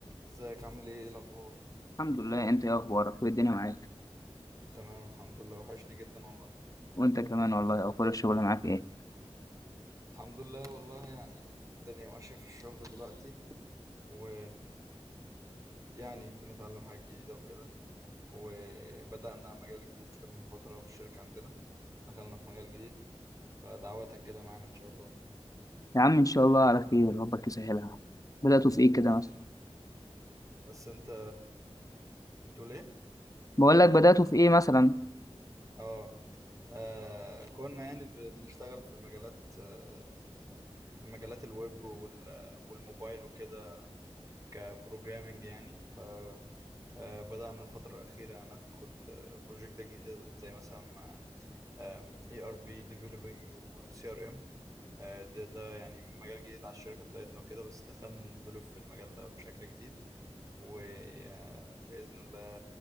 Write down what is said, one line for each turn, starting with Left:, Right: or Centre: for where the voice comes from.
Right: ازيك عامل ايه ايه الاخبار
Left: الحمد لله انت ايه اخبارك وايه الدنيا معاك
Right: تمام الحمد لله وحشني جدا والله
Left: وانت كمان والله اخبار الشغل معاك ايه
Right: الحمد لله والله يعني الدنيا ماشية في الشغل دلوقتي و يعني بنتعلم حاجات جديدة وكده وبدأنا مجال جديد كده من فترة في الشركة عندنا دخلنا في مجال جديد فدعواتك كده معانا ان شاء الله
Left: يا عم ان شاء الله على خير ربك يسهلها بدأتوا في ايه
Right: بإذن
Left: كده مثلا
Right: الله. بس انت بتقول ايه
Left: بقول لك بدأتوا في ايه مثلا
Right: اه آه، كنا يعني ب- بنشتغل في مجالات آه، في مجالات الويب وال- والموبايل وكده كبروجرامنج يعني ف آه، بدأنا الفترة الأخيرة ناخد آه، بروجكتات جديدة زي مثلا اي ار بي ديفلوبينج وسي ار ام ده ده يعني مجال جديد على الشركة بتاعتنا وكده بس دخلنا نديفلوب في المجال ده بشكل جديد وبإذن الله